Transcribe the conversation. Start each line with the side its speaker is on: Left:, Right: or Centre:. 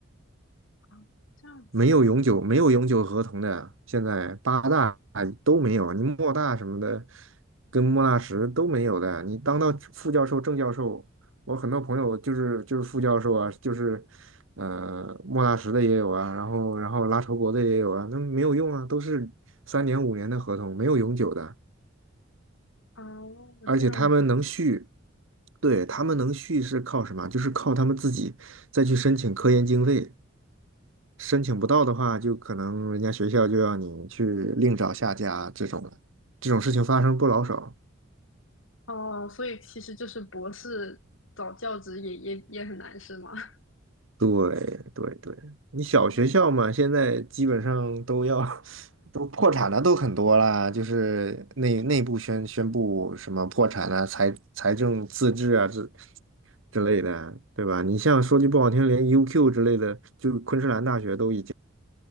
Left: 啊，这样子嘛？
Right: 没有永久没有永久合同的，现在八大都没有，你莫大什么的，跟莫纳什都没有的。你当到副教授、正教授，我很多朋友就是就是副教授啊，就是呃莫纳什的也有啊，然后然后拉筹伯的也有啊，那没有用啊，都是三年五年的合同，没有永久的，
Left: 哦，
Right: 而且他们能续。
Left: 这样子，
Right: 对，他们能续是靠什么？就是靠他们自己再去申请科研经费。申请不到的话，就可能人家学校就要你去另找下家这种了，这种事情发生不老少。
Left: 哦，所以其实就是博士找教职也也也很难是吗？<laughs>
Right: 对对对，你小学校嘛，
Left: 哦
Right: 现在基本上都要 <laughs> 都破产了，都很多啦，就是内内部宣宣布什么破产啊、财财政自治啊之之类的，对吧？你像说句不好听，连 UQ 之类的，就昆士兰大学都已经。